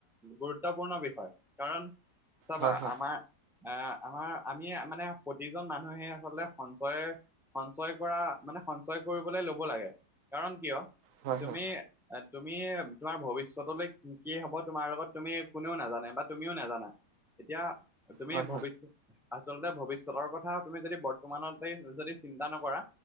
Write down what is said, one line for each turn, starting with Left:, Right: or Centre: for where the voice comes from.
Centre: গুৰুত্বপূৰ্ণ বিষয় কাৰণ চাবা
Right: হয় হয়
Centre: আমাৰ আহ আমাৰ আমি মানে প্ৰতিজন মানুহে আচলতে সঞ্চয় সঞ্চয় কৰা মানে সঞ্চয় কৰিবলে লব লাগে, কাৰণ কিয়
Right: হয়
Centre: তুমি
Right: হয়
Centre: তুমি তোমাৰ ভৱিষ্যতলৈ কি কি হব তোমাৰ লগত তুমি কোনেও নাজানে বা তুমিও নাজানা এতিয়া তুমি
Right: হয় হয়
Centre: ভৱিষত আচলতে ভৱিষ্যতৰ কথা তুমি যদি বৰ্তমানতে যদি চিন্তা নকৰা